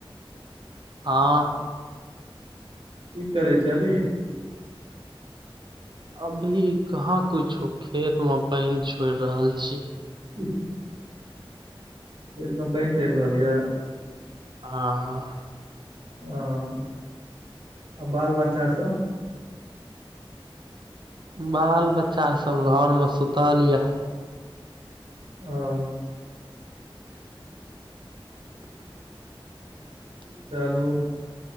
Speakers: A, on the right; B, on the right.
A: हां।
B: की करै छीयै अभी?
A: अभी कहाँ कुछो खेत मे पैन छोड़ रहल छीयै।
B: हूूँ खेतमे पैन चैल रहल यै?
A: हां।
B: औ आ बाल-बच्चा सब?
A: बाल-बच्चा सब घर मे सुतल यै।
B: औ।
A: ह <unintelligible> ह <inaudible>
B: चलू